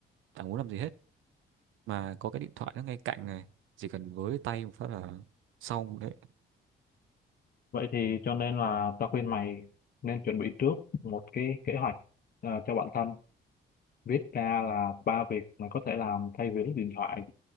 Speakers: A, on the right (about 80°); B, on the left (about 50°).
A: chẳng muốn làm gì hết. Mà có cái điện thoại nó ngay cạnh này, chỉ cần với tay một phát là xong đấy.
B: vậy thì cho nên là tao khuyên mày nên chuẩn bị trước một cái kế hoạch à, cho bản thân viết ra là ba việc mà có thể làm thay vì lướt điện thoại